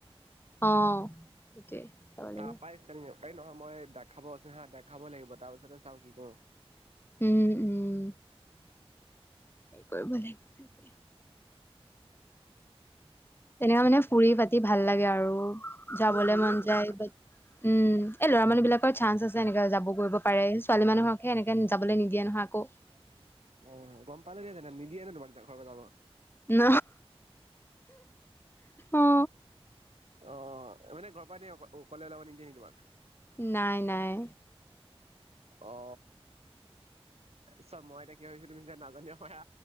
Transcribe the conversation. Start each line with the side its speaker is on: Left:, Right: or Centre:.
Left: অ সেইটোৱে যাব লাগিব
Right: তাৰ পৰা ষ্টাৰ্টিং এই নহয় মই দেখাব আছে হা দেখাবই লাগিব তাৰ পিছত চাওঁ কি কৰোঁ।
Left: উম উম সেই কৰি ভন নথাকে। তেনেকুৱা মানে ফুৰি পাতি ভাল লাগে আৰু যাব
Right: নে ঘূৰিয়ে
Left: লাই মন
Right: ফুৰো
Left: যায় উম এই ল'ৰা মানুহ বিলাকৰ চান্স আছে এনেকা যাব কৰিব পাৰে ছোৱালী মানুহকহে এনেকে যাবলে কৰিব পাৰে ছোৱ মানুহকহে এনেকে জাবৰে
Right: অ গম পালোহে জান নিদিয়ে ন তোমাক ঘৰৰ পৰা যাব
Left: ন অ
Right: অ মানে ঘৰ প পৰা নিয় অ অকলে ওলাবা নিদিয়ে তোমাক।
Left: নাই নাই
Right: অ চ মই এতিয়া কি ভাবছো তুমি নাজানিবা পাৰা